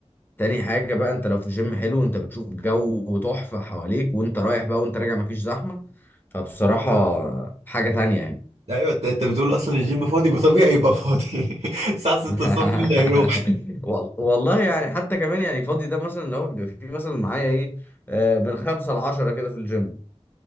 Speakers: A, on the left; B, on the right.
A: تاني حاجه بقى انت لو في جيم حلو انت بتشوف جو تحفه حواليك وانت رايح بقى وانت راجع مفيش زحمه فبصراحه حاجه تانية يعني
B: ايوه انت انت بتقول اصلا الجيم فاضي يبقى طبيعي يبقى فاضي <laughs> الساعه 6
A: <laughs>
B: الصبح مين اللي هيروح
A: وال- والله يعني حتى كمان يعني فاضي ده مثلا لو بيبقى في مثلا معايا ايه آه، من خمسة لعشرة كده في الجيم